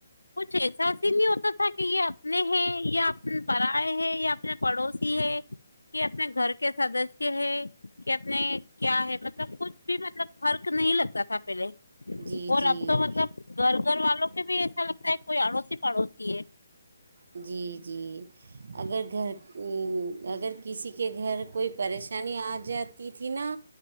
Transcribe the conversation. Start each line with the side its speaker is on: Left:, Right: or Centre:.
Left: کچھ ایسا ہی نہیں ہوتا کہ یہ اپنے ہیں یا اپنے پرائے ہے یا اپنے پڑوسی ہے کہ اپنے گھر کے سدسیہ ہے کہ اپنے کیا ہے مطلب کچھ بھی مطلب فرق نہیں لگتا تھا پہلے
Right: جی
Left: اور
Right: جی
Left: اب تو مطلب گھر گھر والوں مے بھی ایسا لگتا ہے کوئی اڑوسی پڑوسی ہے
Right: جی جی اگر گھر اگر کسی کے گھر کوئی پریشانی آ جاتی تھی نا